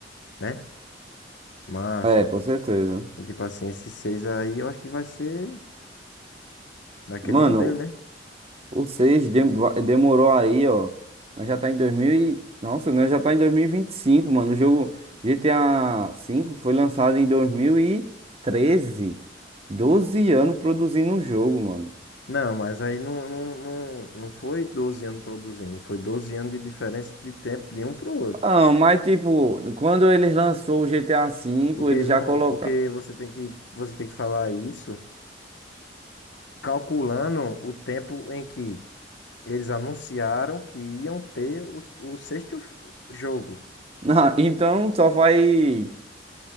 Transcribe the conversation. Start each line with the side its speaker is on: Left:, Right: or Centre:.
Left: né, massa.
Right: É, com certeza.
Left: E, tipo assim, esse 6 aí eu acho que vai ser daquele
Right: Mano,
Left: modelo, né?
Right: Ou seja, dem- va- demorou aí, ó. Nós já tá em 2000 e... Nossa, nós já tá em 2025 mano. O jogo GTA V foi lançado em dois mil e treze doze anos produzindo um jogo, mano.
Left: Não, mas aí não, não, não, não foi 12 anos produzindo, foi 12 anos de diferença de tempo de um pro outro.
Right: Ah, mas tipo, quando eles lançou o GTA V,
Left: Porque
Right: eles
Left: não,
Right: já colocaram.
Left: porque você tem que, você tem que falar isso calculando o tempo em que eles anunciaram que iam ter o, o sexto jogo.
Right: <laughs> Não, então só vai.